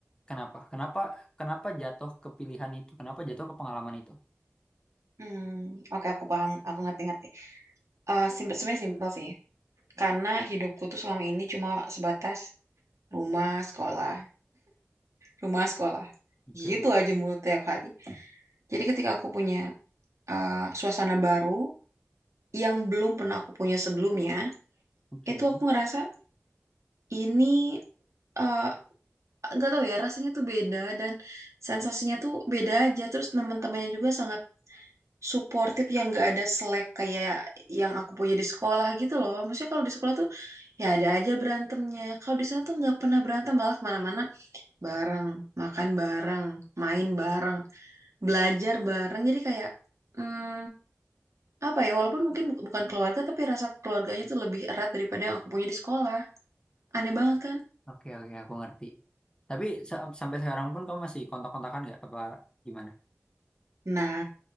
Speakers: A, on the left (about 20°); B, on the right (about 85°).
A: Kenapa? Kenapa kenapa jatuh ke pilihan itu? Kenapa jatuh ke pengalaman itu?
B: Hmm, oke aku paham, aku ngerti-ngerti. Eh simple, sebenarnya simpel sih. Karena hidupku tuh selama ini cuma sebatas rumah, sekolah, rumah, sekolah.
A: Oke,
B: Gitu aja mulu tiap hari. Jadi ketika aku punya eh, suasana baru yang belum pernah aku punya sebelumnya,
A: oke,
B: itu aku ngerasa ini eh nggak tahu ya rasanya tuh beda dan sensasinya tuh beda aja terus teman-temannya juga sangat suportif yang nggak ada selek kayak yang aku punya di sekolah gitu loh maksudnya kalau di sekolah tuh ya ada aja berantemnya kalau di sana tuh nggak pernah berantem malah kemana-mana bareng makan bareng main bareng belajar bareng jadi kayak hmm, apa ya walaupun mungkin bu- bukan keluarga tapi rasa keluarganya tuh lebih erat daripada yang aku punya di sekolah aneh banget kan
A: oke, oke, aku ngerti. Tapi sa- sampai sekarang pun kamu masih kontak-kontakan nggak? Apa gimana?
B: nah